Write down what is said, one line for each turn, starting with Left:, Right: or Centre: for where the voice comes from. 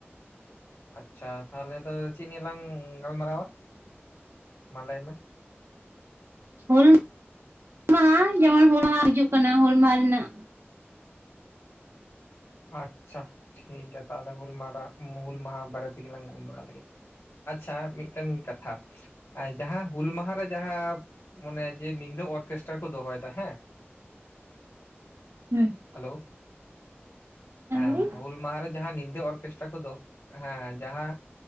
Left: ᱟᱪᱪᱷᱟ ᱛᱟᱦᱚᱞᱮ ᱫᱚ ᱪᱮᱫ ᱱᱤᱭᱮ ᱞᱟᱝ ᱜᱟᱞᱢᱟᱨᱟᱣᱟ ᱢᱟ ᱞᱟᱹᱭ ᱢᱮ?
Right: ᱦᱩᱞ ᱢᱟᱦᱟ ᱡᱮᱢᱚᱱ ᱦᱩᱞ ᱢᱟᱦᱟ ᱦᱤᱡᱩᱜ ᱠᱟᱱᱟ ᱦᱩᱞ ᱢᱟᱦᱟ ᱨᱮᱱᱟᱜ
Left: ᱟᱪᱪᱷᱟ ᱴᱷᱤᱠ ᱜᱮᱭᱟ ᱛᱟᱦᱚᱞᱮ ᱦᱩᱞ ᱢᱟᱦᱟ ᱦᱩᱞ ᱢᱟᱦᱟ ᱵᱟᱨᱮ ᱛᱮᱜᱮ ᱞᱟᱝ ᱜᱟᱞᱢᱟᱨᱟᱣ ᱞᱮᱜᱮ ᱟᱪᱪᱷᱟ ᱢᱤᱫᱴᱮᱱ ᱠᱟᱛᱷᱟ ᱡᱟᱦᱟᱸ ᱦᱩᱞ ᱢᱟᱦᱟᱨᱮ ᱡᱟᱦᱟᱸ ᱢᱟᱱᱮ ᱡᱮ ᱧᱤᱫᱟᱹ ᱚᱨᱠᱮᱥᱴᱨᱟ ᱠᱚ ᱫᱚᱦᱚᱭᱮᱫᱟ ᱦᱮᱸ
Right: ᱦᱮᱸ
Left: ᱦᱮᱞᱳ ᱦᱮᱸ
Right: ᱫᱟᱹᱧ
Left: ᱦᱩᱞ ᱢᱟᱦᱟ ᱨᱮ ᱡᱟᱦᱟᱸ ᱧᱤᱫᱟᱹ ᱚᱨᱠᱮᱥᱴᱨᱟ ᱠᱚ ᱫᱚᱦᱚ ᱦᱮᱸ ᱡᱟᱦᱟᱸ